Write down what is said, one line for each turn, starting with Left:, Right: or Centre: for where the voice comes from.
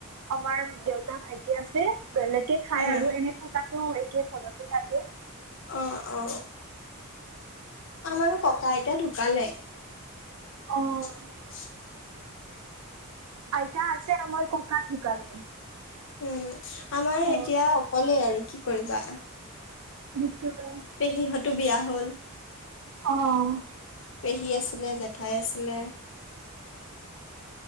Right: আমাৰ দেউতা ভাইটি আছে। বেলেগে খাই
Left: উম
Right: আৰু এনে থকাতটো একে ঘৰতে থাকে।
Left: অ - অ, আমাৰো ককা আইতা ঢুকালে।
Right: অ',
Left: <inaudible>
Right: আইতা আছে আমাৰ ককা ঢুকালে।
Left: উম, আমাৰ এতিয়া
Right: অ',
Left: অকলে আৰু কি কৰিবা।
Right: মৃত্যু হ'ল।
Left: পেহীহতো বিয়া হ'ল।
Right: অ',
Left: পেহী আছিলে, জেঠাই আছিলে।